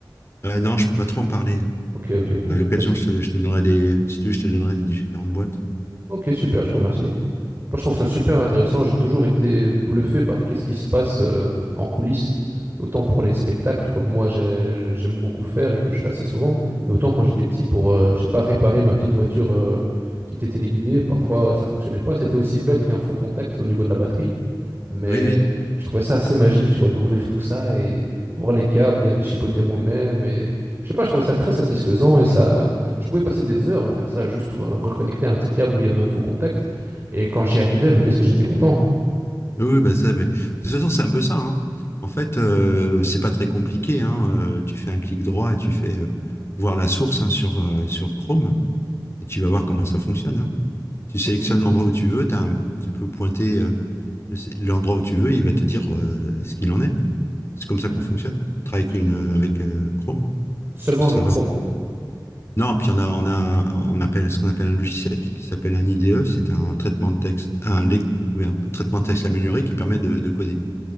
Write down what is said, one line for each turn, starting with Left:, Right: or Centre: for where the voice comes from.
Left: Euh, non, je peux pas trop en parler.
Right: Ok,
Left: Mais,
Right: ok,
Left: euh,
Right: ok.
Left: à l'occasion,
Right: Pas de souci.
Left: je te, je te donnerai des, si tu veux, je te donnerai des différentes boîtes.
Right: Ok, super, je te remercie. Moi, je trouve ça super intéressant. J'ai toujours été bluffé par qu'est-ce qui se passe euh, en coulisses, autant pour les spectacles, comme moi j'ai- j'aime beaucoup faire et que je fais assez souvent, mais autant quand j'étais petit pour, euh, je sais pas, réparer ma petite voiture euh, qui était téléguidée. Parfois, ça fonctionnait pas. C'était aussi bête qu'un faux contact au niveau de la batterie. Mais
Left: Oui, oui,
Right: je trouvais ça assez magique, tu vois, d'ouvrir tout ça et voir les câbles et aller chipoter moi-même. Et je sais pas, je trouvais ça très satisfaisant et ça, je pouvais passer des heures à faire ça, juste re- reconnecter un petit câble où il y avait un faux contact. Et quand j'y arrivais, mais qu'est-ce que j'étais content.
Left: oui, oui, bah ça, mais de toute façon, c'est un peu ça, hein. En fait, euh, c'est pas très compliqué, hein. Euh, tu fais un clic droit et tu fais euh, voir la source hein, sur, euh, sur Chrome et tu vas voir comment ça fonctionne, hein. Tu sélectionnes
Right: Ok,
Left: l'endroit où tu veux, tu as un petit peu pointé euh, le- l'endroit où tu veux, il va te dire euh, ce qu'il en est. C'est comme
Right: ok,
Left: ça qu'on fonctionne. On travaille avec,
Right: je savais
Left: une,
Right: pas.
Left: avec euh, Chrome,
Right: Seulement
Left: faut savoir.
Right: avec Chrome.
Left: Non, puis on a, on a, un- on appelle ce qu'on appelle un logiciel qui s'appelle un IDE, c'est un traitement de texte, un, lec- oui, un traitement de texte amélioré qui permet de, de coder,